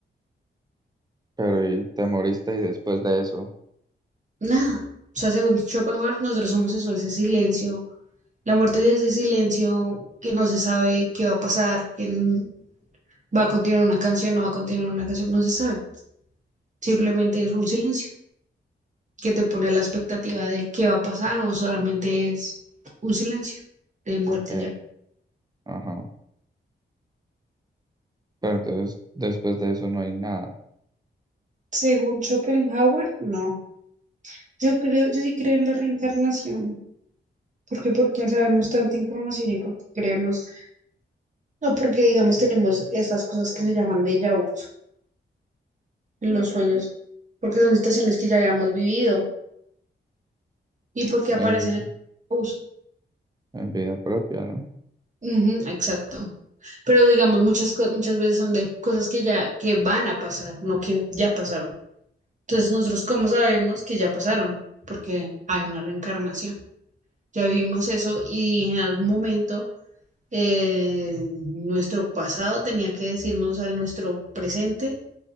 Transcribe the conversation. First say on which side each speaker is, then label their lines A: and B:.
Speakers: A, on the right; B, on the right.
A: pero y te moriste y después de eso,
B: Nada. O sea, según Schopenhauer, nosotros somos eso, ese silencio La muerte es ese silencio que no se sabe qué va a pasar, que n- va a continuar una canción, no va a continuar una canción, no se sabe. Simplemente es un silencio que te pone la expectativa de qué va a pasar o solamente es un silencio de muerte
A: ok,
B: y ya.
A: ajá, pero entonces después de eso no hay nada
B: Según Schopenhauer, no. Yo creo, yo sí creo en la reencarnación. Porque, porque sabemos tanta información y porque creemos, no porque digamos tenemos estas cosas que se llaman déjà vu en los sueños, porque son situaciones que ya habíamos vivido y porque aparecen
A: en,
B: en uso.
A: en vida propia, ¿no?
B: Ujú, exacto. Pero digamos, muchas, co- muchas veces son de cosas que ya que van a pasar, no que ya pasaron. Entonces, nosotros, ¿cómo sabemos que ya pasaron? Porque hay una reencarnación. Ya vivimos eso y en algún momento eh, nuestro pasado tenía que decirnos al nuestro presente,